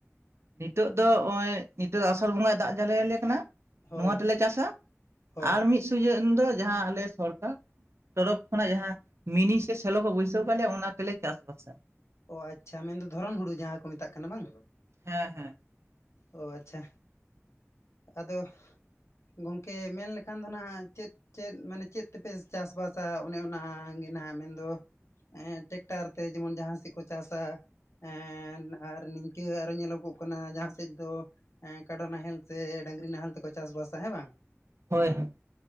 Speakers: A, on the right (about 65°); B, on the left (about 70°).
A: ᱱᱤᱛᱳᱜ ᱫᱚ ᱱᱚᱜᱼᱚᱭ ᱱᱤᱛᱚᱜ ᱫᱚ ᱟᱥᱟᱲ ᱵᱚᱸᱜᱟᱭ ᱫᱟᱜ ᱡᱟᱞᱮ ᱟᱞᱮ ᱠᱟᱱᱟ
B: ᱦᱳᱭ
A: ᱱᱚᱣᱟ ᱛᱮᱞᱮ ᱪᱟᱥᱟ
B: ᱦᱳᱭ
A: ᱟᱨ ᱢᱤᱫ ᱥᱩᱡᱟᱹᱜ ᱫᱚ ᱡᱟᱦᱟᱸ ᱟᱞᱮ ᱥᱚᱨᱠᱟᱨ ᱛᱚᱨᱚᱯᱷ ᱠᱷᱚᱱᱟᱜ ᱡᱟᱦᱟᱸ ᱢᱤᱱᱤ ᱥᱮ ᱥᱮᱞᱳ ᱠᱚ ᱵᱟᱹᱭᱥᱟᱹᱣ ᱠᱟᱜ ᱞᱮᱭᱟ ᱚᱱᱟ ᱛᱮᱞᱮ ᱪᱟᱥ ᱵᱟᱥᱟ᱾
B: ᱚ ᱟᱪᱪᱷᱟ ᱢᱮᱱᱫᱚ ᱫᱷᱚᱨᱚᱱ ᱦᱩᱲᱩ ᱡᱟᱦᱟᱸ ᱠᱚ ᱢᱮᱛᱟᱜ ᱠᱟᱱᱟ ᱵᱟᱝ
A: ᱦᱮᱸ ᱦᱮᱸ
B: ᱚ ᱟᱪᱪᱷᱟ ᱟᱫᱚ ᱜᱚᱝᱠᱮ ᱢᱮᱱ ᱞᱮᱠᱷᱟᱱ ᱫᱚ ᱱᱟᱦᱟᱜ ᱪᱮᱫ ᱪᱮᱫ ᱢᱟᱱᱮ ᱪᱮᱫ ᱛᱮᱯᱮ ᱪᱟᱥ ᱵᱟᱥᱟ ᱚᱱᱮ ᱚᱱᱟᱜᱮ ᱱᱟᱦᱟᱜ ᱢᱮᱱᱫᱚ? ᱮᱸ ᱴᱨᱟᱠᱴᱟᱨ ᱛᱮ ᱡᱮᱢᱚᱱ ᱡᱟᱦᱟᱸ ᱥᱮᱫ ᱠᱚ ᱪᱟᱥᱟ ᱮᱸ ᱟᱨ ᱱᱤᱝᱠᱟᱹ ᱟᱨᱚ ᱧᱮᱞᱚᱜᱚᱜ ᱠᱟᱱᱟ ᱡᱟᱦᱟᱸ ᱥᱮᱫ ᱫᱚ ᱮᱸ ᱠᱟᱰᱟ ᱱᱟᱦᱮᱞ ᱥᱮ ᱰᱟᱝᱨᱤ ᱱᱟᱦᱮᱞ ᱛᱮᱠᱚ ᱪᱟᱥᱵᱟᱥᱟ ᱦᱮᱸ ᱵᱟᱝ
A: ᱦᱳᱭ